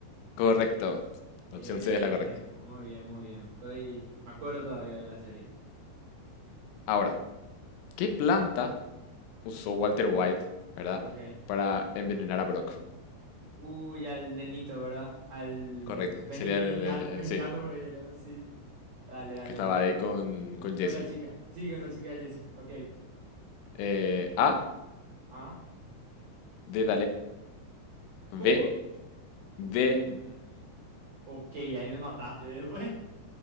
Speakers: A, on the left; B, on the right.
A: Correcto.
B: Bien,
A: La opción C es la correcta.
B: muy bien, muy bien. Estoy. Me acuerdo todavía de la serie.
A: Ahora, ¿qué planta usó Walter White, verdad,
B: Ok.
A: para envenenar a Brock?
B: Uy, al nenito, ¿verdad? Al
A: Correcto.
B: mexi-
A: Sería
B: mexicano,
A: el, el- el-
B: mexicano
A: sí,
B: por ahí, ¿verdad? Sí. Dale, dale,
A: que estaba
B: dale.
A: ahí con, con
B: Con
A: Jesse.
B: la chica. Sí, con la chica de Jessie. Ok.
A: Eh, A,
B: Ah.
A: de
B: ¿Cómo?
A: B, de
B: Ok, ahí me mataste después. <laughs>